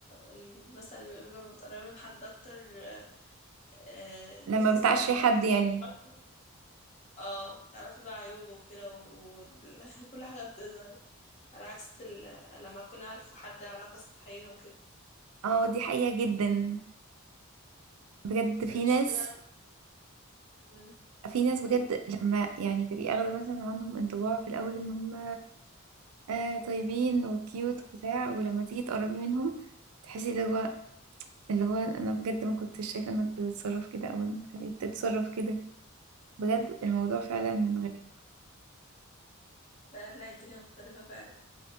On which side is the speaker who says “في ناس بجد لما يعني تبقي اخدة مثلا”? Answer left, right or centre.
Right